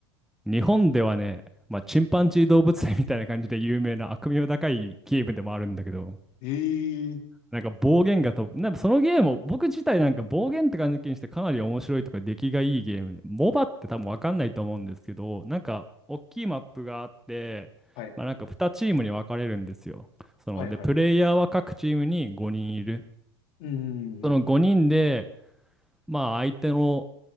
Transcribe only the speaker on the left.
はい。ええ
はい。
はいはい。
うんうんうん。